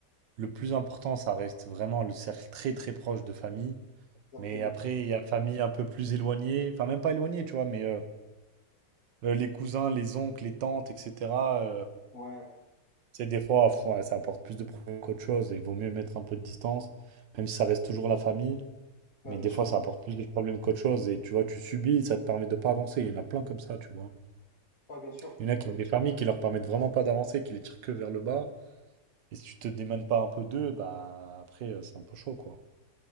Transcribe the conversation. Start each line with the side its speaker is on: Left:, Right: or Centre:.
Right: le plus important, ça reste vraiment le cercle très, très proche de famille.
Left: Exactement.
Right: Mais après, il y a famille un peu plus éloignée, enfin, même pas éloignée, tu vois, mais euh, euh, les cousins, les oncles, les tantes, etc. euh,
Left: Ouais,
Right: tu sais, des fois, pff, ouais, ça apporte plus de problèmes qu'autre chose et il vaut mieux mettre un peu de distance, même si ça reste toujours la famille.
Left: ouais,
Right: Mais
Left: bien
Right: des
Left: sûr.
Right: fois, ça apporte plus de problèmes qu'autre chose. Et tu vois, tu subis et ça te permet de pas avancer. Il y en a plein comme ça, tu vois.
Left: Ouais, bien sûr.
Right: Il y en a qui ont des familles qui leur permettent vraiment pas d'avancer, qui les tirent que vers le bas. Et si tu te démènes pas un peu d'eux, bah après, euh, c'est un peu chaud, quoi.